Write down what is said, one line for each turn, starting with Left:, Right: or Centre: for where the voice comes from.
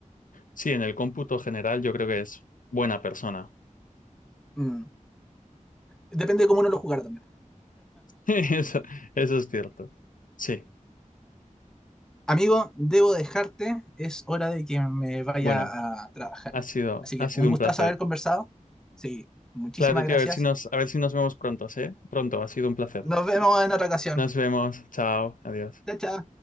Left: Sí, en el cómputo general yo creo que es buena persona.
Centre: Mm. Depende de cómo uno lo jugara
Left: <laughs> Eso, eso es cierto. Sí,
Centre: Amigo, debo dejarte, es hora de que me vaya
Left: bueno,
Centre: a trabajar.
Left: ha sido,
Centre: Así que
Left: ha sido
Centre: un gustazo
Left: un placer.
Centre: haber conversado. Sí, muchísimas
Left: Claro, tío,
Centre: gracias.
Left: a ver si nos, a ver si nos vemos pronto, eh Pronto, ha sido un placer.
Centre: Nos vemos en otra ocasión.
Left: Nos vemos, chao, adiós.
Centre: Chao, chao.